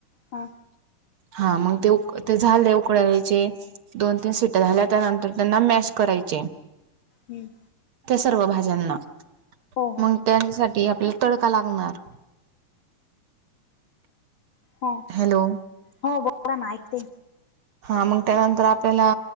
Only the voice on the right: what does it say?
हा मंग ते उक ते झाले उकळवायचे दोन तीन शिट्टया झाल्या त्यानंतर त्यांना मॅश करायचे.
त्या सर्व भाज्यांना
मंग त्यासाठी आपल्याला तडका लागणार
हॅलो.
हा मग त्यानंतर आपल्याला